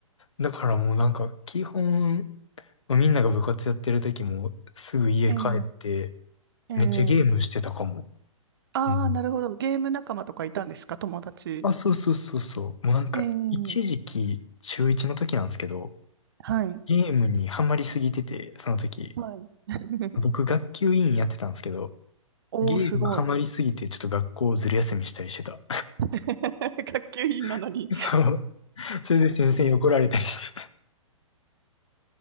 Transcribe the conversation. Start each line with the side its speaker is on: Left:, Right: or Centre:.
Left: だからもうなんか、基本、みんなが部活やってる時も、すぐ家帰って、
Right: えー、えー、
Left: めっちゃゲームしてたかも。
Right: ああ、
Left: うん。
Right: なるほど。ゲーム仲間とかいたんですか、友達。
Left: あ、そうそうそうそう。もうなんか、
Right: えー、
Left: 一時期、中一の時なんですけど、
Right: はい、
Left: ゲームにハマりすぎてて、その時。
Right: はい。<laughs>
Left: 僕、学級委員やってたんですけど、
Right: おー、
Left: ゲームハマりすぎて、
Right: すごい。
Left: ちょっと学校ずる休みしたりしてた。
Right: <laughs> 学級委員なのに
Left: <laughs> そう。
Right: <laughs>
Left: それで先生に怒られたりして。